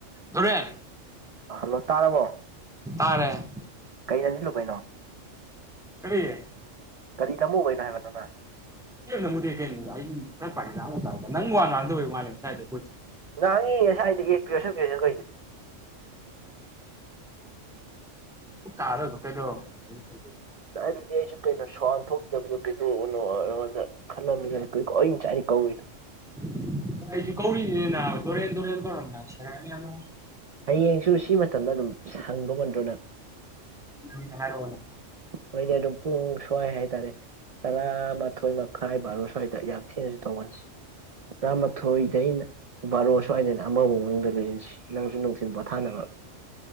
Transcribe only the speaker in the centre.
ꯗꯣꯔꯦꯟ
ꯇꯥꯔꯦ
ꯀꯔꯤ
ꯑꯩ ꯀꯦꯝ ꯅꯝꯃꯨꯗꯦ ꯀꯩ ꯑꯩ ꯐꯖꯅ ꯄꯥꯢꯅ ꯑꯃꯣꯛ ꯇꯥꯁꯨ ꯇꯥ ꯅꯪ ꯋꯥ ꯉꯥꯡꯗꯕꯩ ꯃꯥꯂꯦ ꯉꯁꯥꯏꯗꯩ
ꯇꯥꯗꯕꯗꯨ ꯀꯩꯇꯧꯔꯝ ꯑꯩꯅ ꯈꯜꯂꯨꯢ
ꯑꯩꯁꯨ ꯀꯧꯔꯤꯅꯤꯅꯦ ꯅꯥ
ꯑꯩꯉꯣꯟꯗ ꯍꯥꯢꯔꯛꯑꯣꯅꯦ
ꯍꯣꯏ